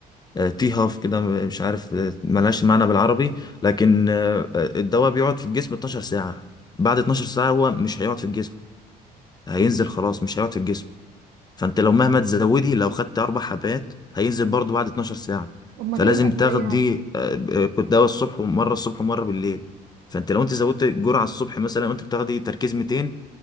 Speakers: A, on the left (about 25°); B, on the right (about 85°).
A: آه، تي هاف كده مش عارف آه، ملهاش معنى بالعربي لكن آه، آه، الدواء بيقعد في الجسم 12 ساعه بعد 12 ساعه هو مش هيقعد في الجسم هينزل خلاص مش هيقعد في الجسم فانت لو مهما تزودي لو خدت اربع حبات هينزل برضو بعد 12 ساعه
B: امال
A: فلازم
B: ايه الادويه
A: تاخدي آه، آه، كنت دواء الصبح ومره الصبح ومره بالليل فانت لو انت زودت جرعه الصبح مثلا وانت بتاخدي تركيز 200